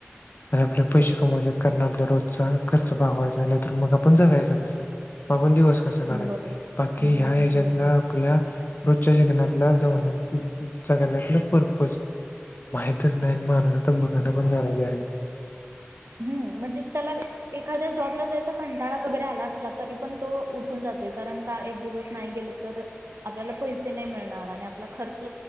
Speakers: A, on the left; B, on the right.
A: आणि आपल्या पैसे कमावायचेत कारण आपल्या रोजचा खर्च भागवायचाय तर मग आपण जगायचं कसं, मग आपण दिवस कसं काढायच,
B: बरोबर
A: बाकी ह्याज्यातनं,
B: बरोबर
A: आपल्या रोजच्या जिंगण्यातला, जवनातल्या जगण्याचा परपज् माहीतीच नाही अन माणूस आता बघाना पण झालाय त्याच्याकडं.
B: हम्म म्हणजे त्याला एखाद्या जॉबला जायचा जरी कंटाळा वगैरे आला असला, तरी पण तो उठून जातोय कारण का एक दिवस नाही गेलं तर, आपल्याला पैसे ते नाही मिळणार आणि आपला खर्च